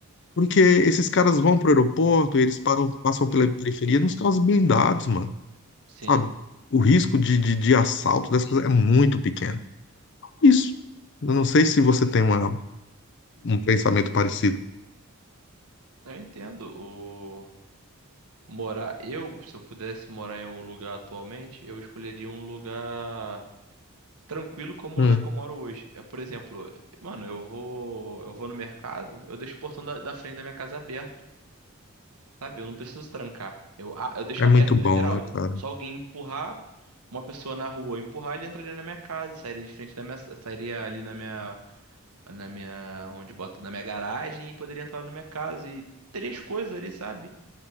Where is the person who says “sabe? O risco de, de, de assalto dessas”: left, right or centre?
Left